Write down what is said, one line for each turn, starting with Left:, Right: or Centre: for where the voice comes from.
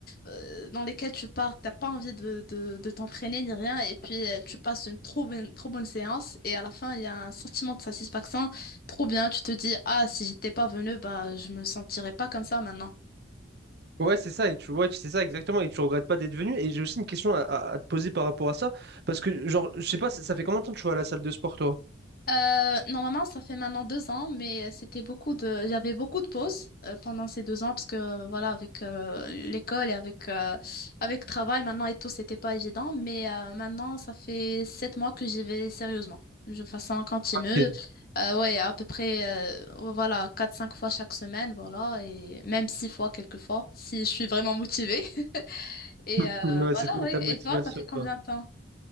Left: euh, dans lesquelles tu pars, t'as pas envie de, de, de t'entraîner ni rien, et puis euh, tu passes une trop bonne, trop bonne séance, et à la fin, il y a un sentiment de satisfaction trop bien. Tu te dis, ah, si j'étais pas venu, bah, je me sentirais pas comme ça maintenant.
Right: Ouais, c'est ça, et tu ouais, c'est ça exactement, et tu regrettes pas d'être venu. Et j'ai aussi une question à, à- à te poser par rapport à ça, parce que genre, je sais pas, ça, ça fait combien de temps que tu vas à la salle de sport, toi?
Left: Euh, normalement, ça fait maintenant deux ans, mais euh, c'était beaucoup de, j'avais beaucoup de pauses euh, pendant ces deux ans parce que euh, voilà, avec euh, l'école et avec euh, avec le travail maintenant et tout, c'était pas évident. Mais euh, maintenant, ça fait sept mois que j'y vais sérieusement, de façon continue.
Right: Ok.
Left: Euh, ouais, à peu près euh, voilà quatre cinq fois chaque semaine, voilà, et même six fois quelquefois si je suis vraiment motivée. <laughs> Et
Right: <laughs>
Left: euh,
Right: Ouais,
Left: voilà,
Right: c'était
Left: ouais.
Right: ta motivation,
Left: Et toi, ça fait combien
Right: quoi.
Left: de temps?